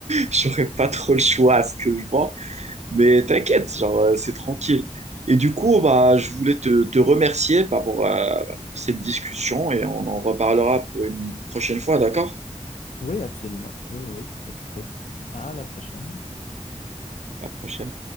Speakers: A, on the right (about 65°); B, on the left (about 80°).
A: j'aurais pas trop le choix à ce que je vois. Mais t'inquiète, genre, euh, c'est tranquille. Et du coup, bah, je voulais te, te remercier bah, pour, euh, pour cette discussion et on en reparlera pour une prochaine fois, d'accord?
B: Oui, absolument. Oui, oui, pas de trouble. À la prochaine.
A: À La prochaine.